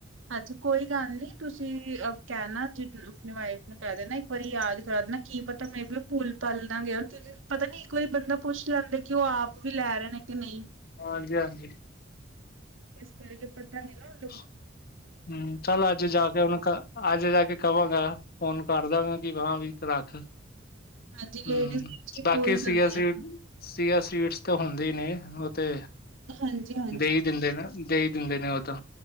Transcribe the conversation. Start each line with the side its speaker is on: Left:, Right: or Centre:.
Right: ਅੱਛਾ ਕੋਈ ਗੱਲ ਨਹੀਂ, ਤੁਸੀਂ ਕਹਿਣਾ ਜਿ ਆਪਣੀ ਵਾਈਫ ਮ ਕਹਿਦੇਣਾ ਇੱਕ ਵਾਰੀ ਯਾਦ ਕਰਾ ਦੇਣਾ, ਕੀ ਪਤਾ ਮੇ ਬੀ ਉਹ ਭੂਲ ਪਲ ਨਾ ਗਏ ਹੋਣ ਕਿ ਪਤਾ ਨੀ ਇੱਕ ਵਾਰੀ ਬੰਦਾ ਪੁੱਛ ਲੈਂਦਾ, ਕਿ ਉਹ ਆਪ ਵੀ ਲੈ ਰਹੇ ਨੇ ਕਿ ਨਈ
Left: ਹਾਂਜੀ- ਹਾਂਜੀ
Right: ਇਸ ਕਰਕੇ ਪੱਤਾ ਨਈ ਨਾ ਹੁਨ
Left: ਹਮ, ਚੱਲ ਅੱਜ ਜਾ ਕੇ ਓਨੂੰ ਅੱਜ ਜਾ ਕੇ ਕਵਾਂਗਾ, ਫੋਨ ਕਰ ਦਵਗਾ ਕਿ ਹਾਂ ਵੀ ਰੱਖ
Right: ਹਾਂਜੀ,
Left: ਹਮ
Right: ਲੇਡੀਜ਼
Left: ਬਾਕੀ
Right: ਭੁਲ ਜਾਂਦੀਆਂ
Left: ਸੀਆ ਸੀਡ
Right: ਹਨ
Left: ਸੀਆ ਸੀਡਸ ਤਾਂ ਹੁੰਦੇ ਹੀ ਨੇ, ਉਹ ਤੇ
Right: ਹਾਂਜੀ ਹਾਂ-
Left: ਦੇਹੀਂ ਦਿੰਦੇ ਨੇ, ਦੇਹੀਂ ਦਿੰਦੇ ਨੇ ਉਹ ਤਾਂ